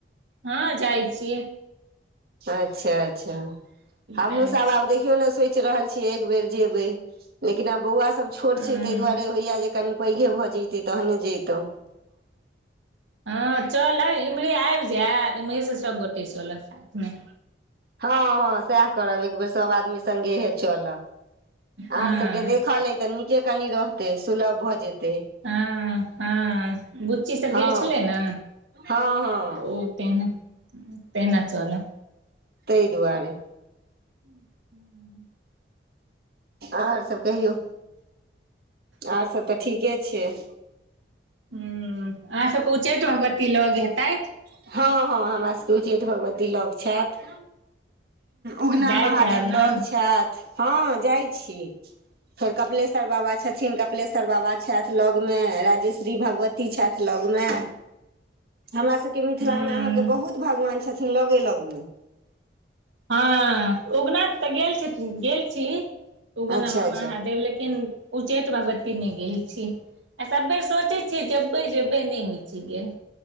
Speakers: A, on the right (about 80°); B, on the right (about 55°).
A: हँ जाइ छियै।
B: अच्छा अच्छा हमहुँ
A: जाइ
B: सब
A: छी
B: आब देख। देखियो ने सोचि रहल छियै एक बेर जेबे लेकिन आब बौआ सब छोट
A: हँ
B: छै ताहि दुआरे होइय जे। कनि पैघे भऽ जते तहने जेतहु।
A: हँ चलब इम्हरे आबि जायब इमहरे से सबगोटे चलब साथमे।
B: हँ हँ सएह करब एक बेर सभ आदमी सगहे चलब। अहाँ
A: हँ
B: सबके देखल अइ तऽ नीके कनि रहतै सुलभ भऽ जेतै।
A: हँ- हँ। बुच्ची सब
B: हँ
A: गेल छलै नऽ
B: हँ हँ
A: तऽ ओ तेहिना तहिना चलऽ।
B: तहे दुआरे।
A: <inaudible>
B: आर सब कहियौ आर सब तऽ ठीके छै। छैय।
A: हु अहाँ सबके उच्चैठ भगवती लग हेतैथ
B: हँ- हँ हमरा सबके उच्चैठ भगवती लग छैथ। उगना
A: जाइत
B: महादेव
A: हैब ने
B: लग छैथ हँ जाइ छी। फेर कपिलेश्वर बाबा छथिन कपिलेश्वर बाबा। छेथ लग मे राजेश्व्री भगवती लग मे हमरा सब। मिथिला
A: हूँ
B: मे अहाँके बहुत भगवान छथिन लगे लग मऽ '।
A: हँ उगना तऽ गेल छी गेल छी। उगना
B: अच्छा अच्छा
A: महादेव लेकिन उच्चैठ भगवती नहि गेल छी। सब बेर सोचै छियै जेबै जेबै नहि होइ छै गेल।